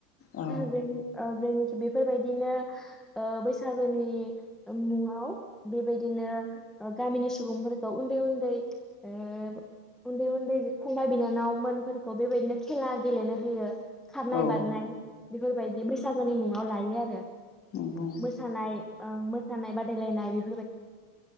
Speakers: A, on the left; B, in the centre.
A: औ
B: आ बेनो आ बेनो बेफोरबायदिनो ओ बैस बैसागोनि मुङाव बेबायदिनो गामिनि सुबुंफोरखौ उन्दै उन्दै ओ उन्दै उन्दै फंबाय बिनानावमोनफोरखौ बेबायदिनो खेला गेलेनो होयो खारनाय
A: औ
B: बारनाय बेफोरबायदि बैसागुनि मुङाव लायो आरो
A: नंगौ
B: मोसानाय ओं खारनाय बादायलायनाय बेफो